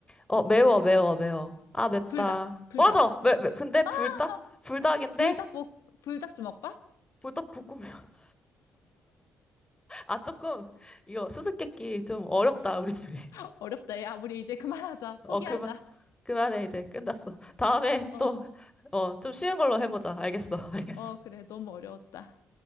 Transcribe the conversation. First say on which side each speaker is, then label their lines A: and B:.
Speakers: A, on the left; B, on the left.
A: 어, 매워, 매워, 매워. 아, 맵다.
B: 불닭, 불닭.
A: 맞아! 매,
B: <laughs>
A: 매, 근데 불닭? 불닭인데?
B: 불닭볶, 불닭 주먹밥?
A: 불닭 볶음면. <laughs> 아, 조금, 이거 수수께끼 좀 어렵다, 우리 둘이.
B: <laughs> 어렵다. 야, 우리 이제 그만하자.
A: 어,
B: 포기하자.
A: 그만, 그만해, 이제. 끝났어. 다음에
B: 어,
A: 또, 어, 좀 쉬운 걸로 해보자. 알겠어, <laughs> 알겠어.
B: 어, 그래. 너무 어려웠다.